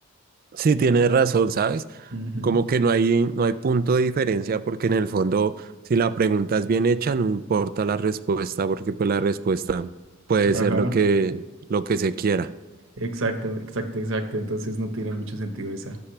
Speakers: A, on the right; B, on the right.
A: Sí, tienes razón, ¿sabes?
B: Ujú.
A: como que no hay, no hay punto de diferencia porque en el fondo, si la pregunta es bien hecha, no importa la respuesta porque pues la respuesta puede
B: Ajá.
A: ser lo que, lo que se quiera.
B: Exacto, exacto, exacto. Entonces no tiene mucho sentido esa.